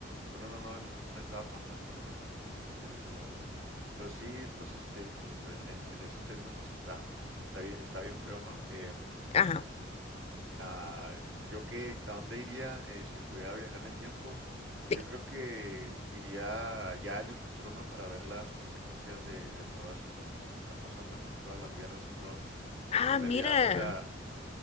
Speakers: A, on the right; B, on the left.
A: pues no, no, no, en un estado tan fascista no, no me interesa la verdad. Pero sí, pues este, en, en- en esos términos, pues está, está bien, está bien feo, ¿no? Em,
B: ajá.
A: Ah, yo que, ¿a dónde iría eh, si pudiera viajar en el tiempo? Yo
B: sí.
A: creo que iría ya en el futuro, ¿no? Para ver las consecuencias de, de todas estas cosas que están pasando, ¿no? Todas las guerras y todo.
B: Ah,
A: Porque en
B: mira.
A: realidad, o sea,